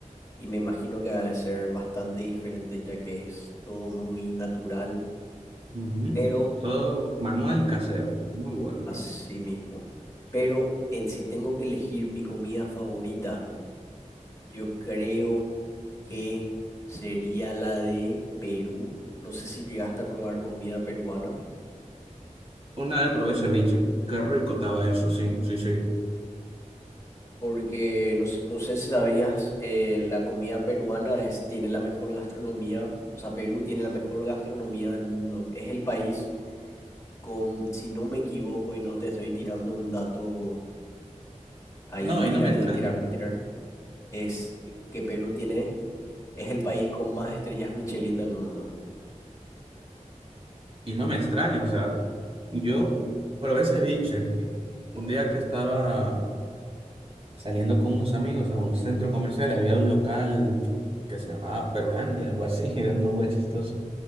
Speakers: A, on the left; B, on the right.
A: y me imagino que ha de ser bastante diferente ya que es todo muy natural.
B: Ujú.
A: Pero,
B: Todo manual casero, muy bueno.
A: así mismo. Pero en- si tengo que elegir mi comida favorita, yo creo que sería la de Perú. No sé si llegaste a probar comida peruana,
B: Una vez probé ceviche, qué rico estaba eso, sí, sí, sí.
A: porque no, sé no sé si sabías, eh, la comida peruana es, tiene la mejor gastronomía. O sea, Perú tiene la mejor gastronomía del mundo. Es el país con, si no me equivoco y no te estoy tirando un dato ahí,
B: No,
A: tirar
B: y no me extraña.
A: de tirar por tirar, es
B: Y,
A: que Perú tiene Es el país con más estrellas Michelin del mundo.
B: y no me extraña, o sea, yo probé ceviche un día que estaba saliendo con unos amigos a un centro comercial, había un local que se llamaba Perulandia, algo así, <laughs> era un nombre chistoso.